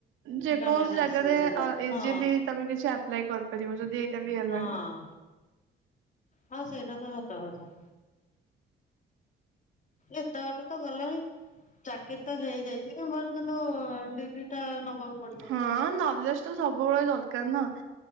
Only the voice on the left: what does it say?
କାମରେ
ଆସିବ ସେଇଟା
ହଁ
ହଁ ହଁ ସେ ଏଇଟା ତ ସତକଥା। ଏତ ବାଟ ତ ଗଲାଣି। ଚାକିରି ତ ହେଇଯାଇଛି କି ମର କିନ୍ତୁ ଡିଗ୍ରୀ ଟା ନବାକୁ। ପଡିବ
ନା।